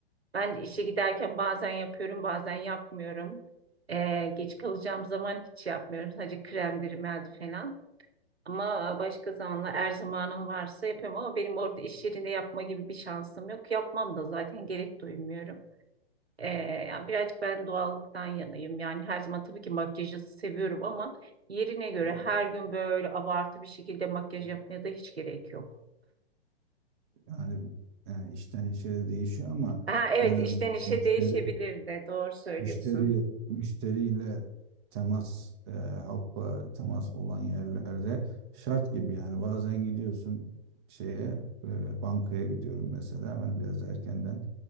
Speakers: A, on the right; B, on the right.
A: Ben de işe giderken bazen yapıyorum, bazen yapmıyorum. E, geç kalacağım zaman hiç yapmıyorum. Sadece kremdir, rimel falan. Ama başka zamanla eğer zamanım varsa yapıyorum ama benim orada iş yerinde yapma gibi bir şansım yok. Yapmam da zaten gerek duymuyorum. Ee, yani birazcık ben doğallıktan yanayım. Yani her zaman tabii ki makyajı seviyorum ama yerine göre
B: Ama
A: her
B: yani,
A: gün böyle abartı bir şekilde makyaj
B: öyle
A: yapmaya
B: bak-
A: da hiç gerek yok.
B: yani, yani işten işe de değişiyor ama
A: Ha, evet
B: böyle
A: işten işe
B: müşteri
A: değişebilir de doğru söylüyorsun.
B: müşteri müşteriyle temas e, halkla temas olan yerlerde şart gibi yani bazen gidiyorsun şeye e, bankaya gidiyorum mesela hani biraz erkenden